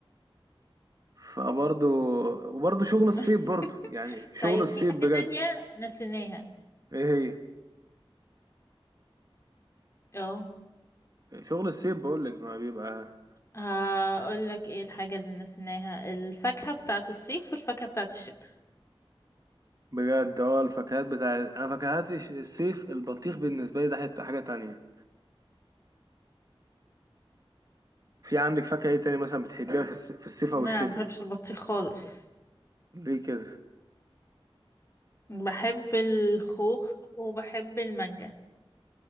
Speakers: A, on the right; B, on the left.
A: فبرضو وبرضو شغل
B: <laughs>
A: الصيب برضو يعني شغل
B: طيب
A: الصيب
B: في حاجة
A: بجد
B: تانية نسيناها
A: ايه هي
B: اه
A: شغل الصيب بقولك ما بيبقى
B: هقول لك ايه الحاجة اللي نسيناها الفاكهة بتاعة الصيف والفاكهة بتاعة الشتاء
A: بجد اه الفاكهات بتاع انا فاكهات الش- الصيف البطيخ بالنسبة لي ده حتة حاجة تانية في عندك فاكهة ايه تاني مثلا بتحبيها في الص- في الصيف او
B: نعم
A: الشتاء
B: ما بحبش البطيخ خالص
A: ليه كده
B: بحب الخوخ وبحب المانجا